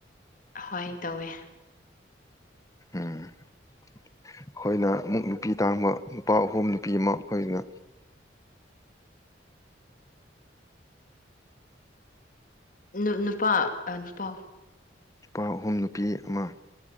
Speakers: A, on the left; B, on the left.
A: ꯍꯣꯏ ꯇꯧꯋꯦ
B: ꯎꯝ ꯑꯩꯈꯣꯏꯅ ꯑꯃꯨꯛ ꯅꯨꯄꯤ ꯇꯥꯡꯕ ꯅꯨꯄꯥ ꯑꯍꯨꯝ ꯅꯨꯄꯤ ꯑꯃ ꯑꯩꯈꯣꯏꯅ
A: ꯅꯨ ꯅꯨꯄꯥ ꯅꯨꯄꯥ
B: ꯅꯨꯄꯥ ꯑꯍꯨꯝ ꯅꯨꯄꯤ ꯑꯃ